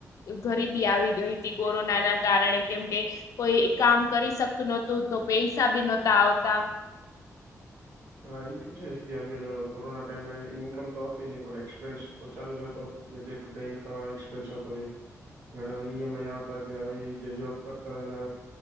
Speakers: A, on the left; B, on the right.
A: ગરીબી આવી ગઈ હતી કોરોના ના કારણે કેમ કે કોઈ કામ કરી શકતું નહોતું તો પૈસા બી નહોતા આવતા
B: હા એ તો છે કે આમ કોરોના ટાઈમે ઈન્કમ તો હતી નહી પણ એક્સપેન્સ તો ચાલુ જ હતો જે ડેટ સુડેન્ટ ક એક્સપેન્સ હતોય ઘણા નેમ આવતા કે હવે જે જોબ કરતા હોય ને